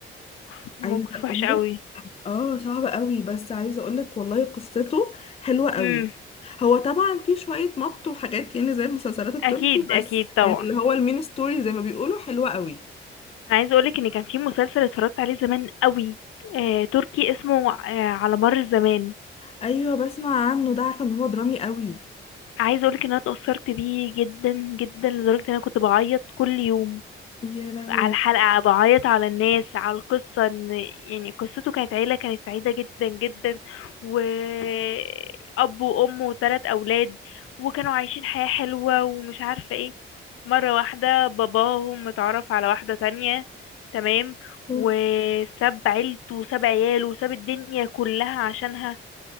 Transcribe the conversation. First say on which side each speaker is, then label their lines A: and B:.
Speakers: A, on the left (about 90°); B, on the left (about 30°).
A: أوف، موقف
B: عايزة اقولك
A: وحش قوي
B: اه صعبة قوي بس عايزة اقولك والله قصته حلوة قوي
A: امم
B: هو طبعا في شوية مط وحاجات يعني زي المسلسلات التركي
A: اكيد اكيد
B: بس
A: طبعا
B: يعني اللي هو المين ستوري زي ما بيقولوا حلوة قوي
A: انا عايزه اقولك ان كان في مسلسل اتفرجت عليه زمان قوي آه، تركي اسمه آه، على مر الزمان
B: ايوه بسمع عنه ده عارفة ان هو درامي قوي
A: عايزه اقولك ان انا اتأثرت بيه جدا جدا لدرجه ان انا كنت بعيط كل يوم
B: يا لهوي
A: على الحلقة بعيط على الناس على القصة ان يعني قصته كانت عيلة كانت سعيدة جدا جدا وأب وأم وثلاث أولاد وكانوا عايشين حياة حلوة ومش عارفة ايه مرة واحدة باباهم اتعرف على واحدة تانية تمام
B: اوف
A: وساب عيلته وساب عياله وساب الدنيا كلها عشانها